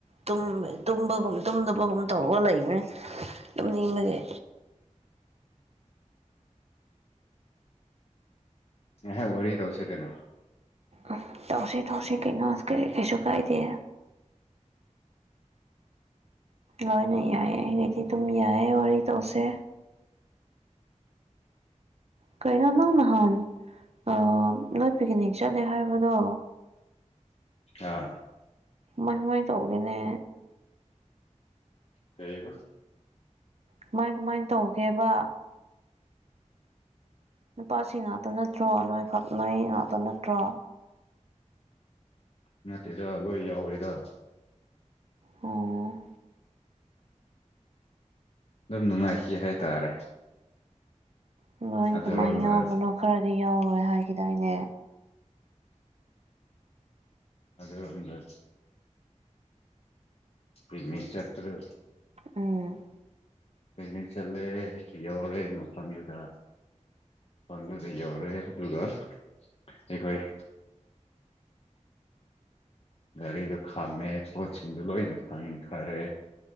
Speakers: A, on the right; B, on the left.
A: ꯇꯨꯝꯃꯦ ꯇꯨꯝꯕꯒꯨꯝ ꯇꯨꯝꯗꯕꯒꯨꯝ ꯇꯧꯔꯒ ꯂꯩꯕꯅꯦ ꯇꯨꯝꯅꯤꯡꯕꯒꯤ
B: ꯉꯥꯏꯍꯥꯛ ꯋꯥꯔꯤ ꯇꯧꯁꯦꯗꯅ
A: ꯎꯝ ꯇꯧꯁꯤ ꯇꯧꯁꯤ ꯀꯩꯩꯅꯣ ꯀꯩ ꯀꯩꯁꯨ ꯀꯥꯏꯗꯦ ꯂꯣꯏꯅ ꯌꯥꯏꯌꯦ ꯑꯩꯅꯗꯤ ꯗꯨꯝ ꯌꯥꯏꯌꯦ ꯋꯥꯔꯤ ꯇꯧꯁꯦ ꯀꯩꯅꯣ ꯅꯪ ꯅꯍꯥꯟ ꯑꯥ ꯅꯣꯏ ꯄꯤꯛꯅꯤꯛ ꯆꯠꯂꯦ ꯍꯥꯏꯕꯗꯣ
B: ꯑꯥ
A: ꯃꯥꯟ ꯃꯣꯏ ꯇꯧꯒꯦꯅꯦ
B: ꯀꯩꯕ
A: ꯀꯃꯥꯏ ꯀꯃꯥꯏꯟ ꯇꯧꯒꯦꯕ ꯅꯨꯄꯥꯁꯤ ꯉꯥꯛꯇ ꯅꯠꯇ꯭ꯔꯣ ꯅꯣꯏ ꯈꯛ ꯅꯣꯏ ꯉꯥꯛꯇ ꯅꯠꯇ꯭ꯔꯣ
B: ꯅꯠꯇꯦꯗ ꯂꯣꯏ ꯌꯥꯎꯔꯤꯗ
A: ꯑꯣ
B: ꯗꯨꯝ ꯅꯨꯡꯉꯥꯏꯈꯤ ꯍꯥꯏꯇꯥꯔꯦ
A: ꯀꯥꯃꯥꯏꯟ
B: ꯑꯗꯨꯔꯣꯝꯗ
A: ꯀꯃꯥꯏꯟ ꯌꯥꯎꯕꯅꯣ ꯈꯔꯗꯤ ꯌꯥꯎꯔꯣꯏ ꯍꯥꯏꯈꯤꯗꯥꯏꯅꯦ
B: ꯑꯗꯣ ꯅꯨꯃꯤꯗꯣ ꯄꯤꯛꯅꯤꯛ ꯆꯠꯄ ꯗꯣ
A: ꯎꯝ
B: ꯄꯤꯀꯅꯤꯛ ꯆꯠꯂꯦ ꯌꯧꯔꯦ ꯃꯐꯝꯗꯨꯗ ꯃꯐꯝꯗꯨꯗ ꯌꯧꯔꯦ ꯑꯗꯨꯒ ꯑꯩꯈꯣꯏ ꯒꯥꯔꯤꯗꯣ ꯈꯥꯝꯃꯦ ꯄꯣꯠꯁꯤꯡꯗꯣ ꯂꯣꯏꯅ ꯊꯥꯡꯊꯔꯦ